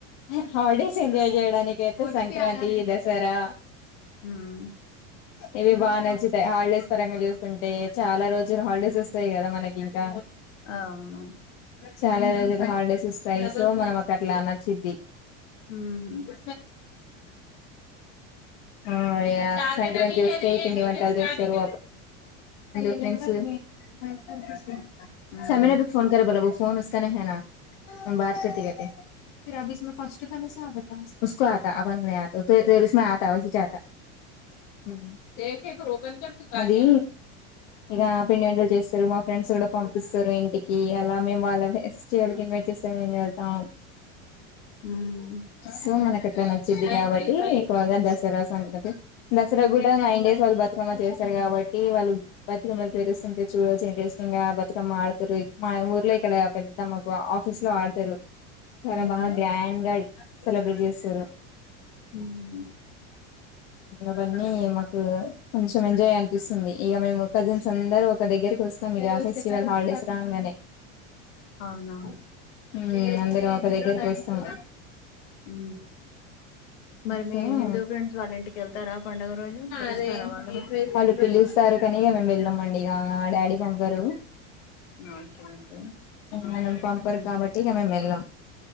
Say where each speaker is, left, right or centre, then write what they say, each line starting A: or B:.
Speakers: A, on the left; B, on the left.
A: హా హాలిడేస్ ఎంజాయ్ చేయడానికి అయితే సంక్రాంతి, దసరా
B: హ్మ్.
A: ఇవి బాగా నచ్చుతాయి హాలిడేస్ ఈ పరంగా చూస్తుంటే చాలా రోజులు హాలిడేస్ వస్తాయి కదా మనకి ఇంకా
B: అవును.
A: చాలా రోజులు హాలిడేస్ వస్తాయి సో మనం అ అట్లా నచ్చిద్ది
B: హుహు.
A: ఉ ఆ ఇగ సంక్రాంతి వస్తే పిండి వంటలు చేస్తారు <unintelligible>
B: హ్మ్.
A: మా బాత్ కతే కతే <unintelligible> ఉ అది ఇక పిండి వంటలు చేస్తారు మా ఫ్రెండ్స్ కూడా పంపిస్తారు ఇంటికి అలా మేము వాళ్ళ ఫెస్టివల్ కి ఇన్వైట్ చేస్తే వెళ్తాం
B: హ్మ్
A: సో మనకి ఇడ నచ్చిద్ది కాబట్టి ఎక్కువగా దసరా సంగతి దసరా కూడా నైన్ డేస్ వాళ్ళు బతుకమ్మ చేస్ తారు కాబట్టి వాళ్ళు బతుకమ్మలు పేరుస్తుంటే చూడొచ్చు చేస బతుకమ్మ ఆడతారు మా ఊర్లో ఇక్కడ పెద్ద మాకు ఆఫీస్ లో ఆడతారు చాలా
B: హ్మ్
A: బాగా గ్రాండ్ గా సెలబ్రేట్ చేస్తారు
B: హ్మ్
A: అవన్నీ మాకు కొంచం ఎంజాయ్ అనిపిస్తుంది ఇగ మేము కజిన్స్ అందరుూ ఒక దగ్గరకి వస్తాం ఇక ఫెస్టివల్ హాలిడేస్ రాంగానే
B: అవునా
A: ఉ అందరం ఒక దగ్గర కలుస్తాము
B: ఉ మరి మీ
A: సో
B: హిందూ ఫ్రెండ్స్ వాళ్ళ ఇంటికి వెళ్తారా పండుగ రోజు పిలుస్తారా
A: అదే
B: వా
A: వాళ్ళు పిలుస్తారు కానీ మేము వెళ్ళమండి ఇగ డాడీ పబారు
B: ఓకే ఓకే
A: మనం పంపరు
B: ఉ
A: కాబట్టి ఇక మేము వెళ్ళాం